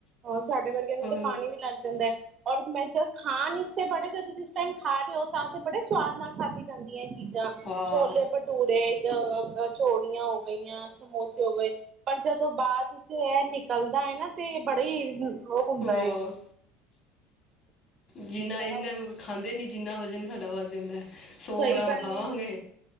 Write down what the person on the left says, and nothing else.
ਹਾਂ
ਹਾਂ
ਹਾਂ।
ਜਿਨਾ
ਇੱਨਾ ਖਾਂਦੇ ਨਹੀ ਜਿਨਾ ਵਜ਼ਨ ਸਾਡਾ ਵੱਧ ਜਾਦਾ ਏ।
ਸੌ ਗ੍ਰਾਮ
ਖਾਵਾਂਗੇ